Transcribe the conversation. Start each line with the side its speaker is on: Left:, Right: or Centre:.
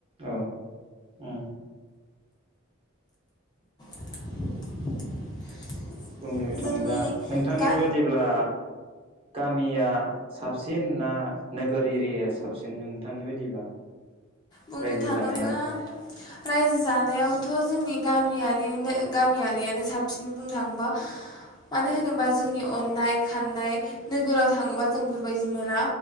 Right: औ उम
Left: <inaudible>
Right: बुंनो थाङोब्ला
Left: जोंनि
Right: नोंथांनि
Left: गा
Right: बायदिब्ला गामिया साबसिन ना नोगोर एरियाया साबसिन नोंथांनि बायदिब्ला
Left: बुंनो
Right: रायजो
Left: थाङोब्ला
Right: जानाया
Left: रायजो जानायावथ' जोंनि गामियारिनो गामियारियानो साबसिन बुंनो थाङोबा। मानो होनोबा जोंनि अननाय खाननाय नोगोराव थाङोबा जों बेफोरबायदि मोना।